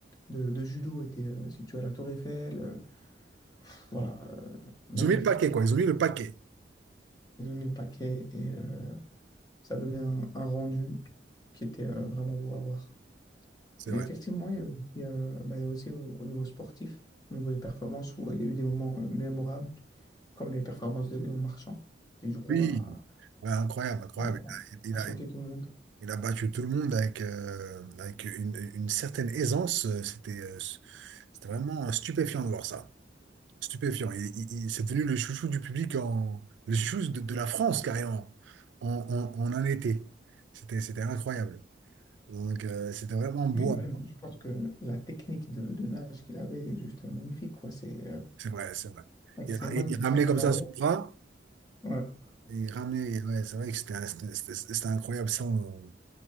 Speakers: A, on the left (about 20°); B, on the right (about 85°).
A: de, de judo était euh, située à la Tour Eiffel. euh, pff, voilà, euh, magnifique.
B: Ils ont mis le paquet, quoi. Ils ont mis le paquet.
A: Ils ont mis le paquet et euh, ça donnait un, un rendu qui était euh, vraiment beau à voir.
B: C'est
A: Et
B: vrai.
A: effectivement, il y a aussi, euh, bah, il y a aussi au, au niveau sportif, au niveau des performances, où il y a eu des moments euh, mémorables, comme les performances de Léon Marchand, qui du coup
B: Oui.
A: a,
B: Ouais, incroyable, incroyable.
A: a,
B: Il
A: a
B: a,
A: choqué tout le monde.
B: Il a battu tout le monde avec, euh, avec une, une certaine aisance. euh, C'était euh, c'était vraiment euh, stupéfiant de voir ça. Stupéfiant. Il, il- il- c'est devenu le chouchou du public, en, le chouchou de, de la France carrément, en, en, en un été. C'était, c'était incroyable. Donc euh, c'était vraiment beau.
A: Oui, mais
B: à
A: même,
B: voir.
A: je pense que la technique de, de nage qu'il avait est juste magnifique, quoi. C'est euh,
B: C'est vrai, c'est vrai.
A: avec
B: Il,
A: ses mains
B: il- il
A: qui
B: ramenait
A: tapent
B: comme
A: dans
B: ça
A: l'eau.
B: son bras.
A: Ouais.
B: Il ramenait, ouais, c'est vrai que c'était c'était- c'était- c'était incroyable. Ça, on-